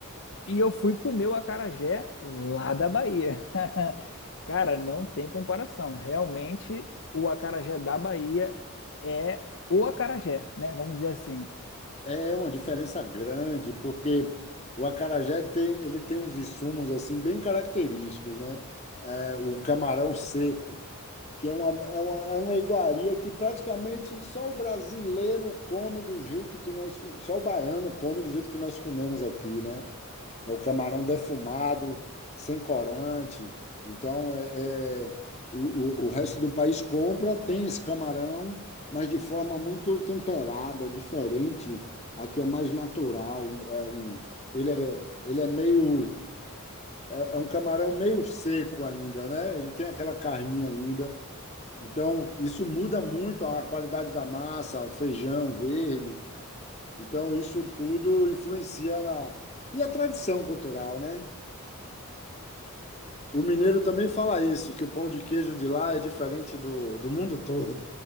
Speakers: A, on the left (about 60°); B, on the left (about 30°).
A: e eu fui comer o acarajé lá da Bahia. <laughs> Cara, não tem comparação. Realmente, o acarajé da Bahia é o acarajé, né? Vamos dizer assim.
B: É uma diferença grande, porque o acarajé tem, ele tem uns insumos assim bem característicos, né? É, o camarão seco, que é uma, é uma, é uma iguaria que praticamente só o brasileiro come do jeito que nós, co- só o baiano come do jeito que nós comemos aqui, né? É o camarão defumado, sem corante. Então, é, é, o, o, o resto do país compra, tem esse camarão, mas de forma muito temperada, diferente. Aqui é mais natural. um- É um, ele é, ele é meio, é, é um camarão meio seco ainda, né? Ele tem aquela carninha ainda. Então, isso muda muito a qualidade da massa, o feijão verde. Então, isso tudo influencia na. E a tradição cultural, né? O mineiro também fala isso, que o pão de queijo de lá é diferente do, do mundo todo,